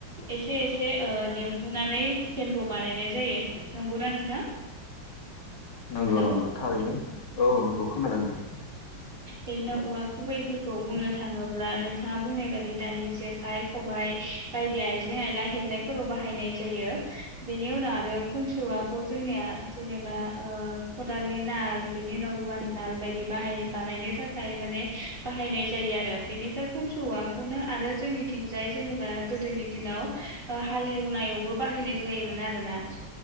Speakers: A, on the right; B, on the left.
A: एसे एसे ओ देमहोनानै हुकेनखौ बानायनाय जायो। नंगौना नोंथां?
B: नंगौ
A: हेलौ
B: नंगौ थारैनो औ नंगौ खोनादों नोंथां।
A: बेनिउनाव औवा गुबैफोरखौ बुंनो थाङोब्ला नोंथाङा बुंनाय बादि दानि जेखाइ खबाइ बायदि आइजें आयला हेबनायफोराव बाहायनाय जायो बेनि उनाव आरो खुनसु औवाखौ जोंनिया जेनेबा ओ खदालनि नाल बेनि उनाव रुवानि नाल बायदि बाहायो बानायनो थाखाय माने बाहायनाय जायो आरो बेनिफ्राय खनसु औवाखौनो आरो जोंनिथिंजाय जेनेबा गोदोनि दिनाव ओ हालेवनायावबो बाहायनाय जायोमोन आरोना।